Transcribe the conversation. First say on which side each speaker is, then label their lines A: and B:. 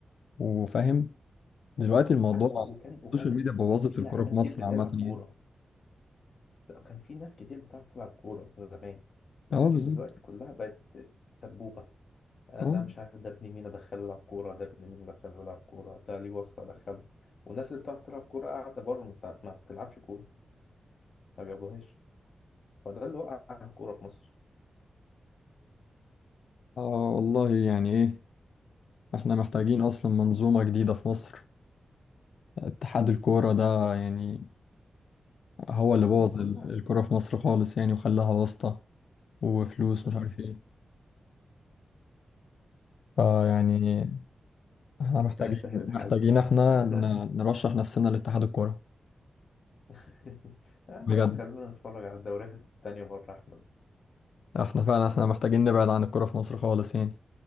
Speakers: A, on the left; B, on the left.
A: وفاهم دلوقتي الموضوع
B: أيوة، وكان وكان
A: السوشيال ميديا بوظت
B: في
A: الكورة
B: لعيبه
A: في مصر
B: كتير بتلعب
A: عامة
B: كوره
A: يعني
B: لا، كان في ناس كتير بتعرف تلعب كورة زمان لكن
A: اه بالظبط
B: دلوقتي كلها بقت سبوبة ده
A: اه
B: مش عارف ده ابن مين أدخله يلعب كورة ده ابن مين أدخله يلعب كورة ده ليه واسطة أدخله والناس اللي بتعرف تلعب كورة قاعدة بره ما بتع- ما بتلعبش كورة ما بيلعبوهاش فده اللي وقع الكورة في مصر
A: آه، والله يعني ايه احنا محتاجين اصلا منظومة جديدة في مصر اتحاد الكورة ده يعني هو اللي بوظ
B: هما كلها
A: ال- الكورة في مصر خالص يعني وخلاها واسطة وفلوس
B: آه.
A: مش عارف ايه فيعني احنا
B: ربنا
A: محتاجين
B: يسهل
A: محتاجين
B: الحال بقى
A: احنا
B: احنا
A: ن- نرشح نفسنا لاتحاد الكورة
B: <laughs> آه، ما
A: بجد
B: احنا خلينا نتفرج على الدوريات التانية بره أحسن
A: احنا فعلا احنا محتاجين نبعد عن الكرة في مصر خالص يعني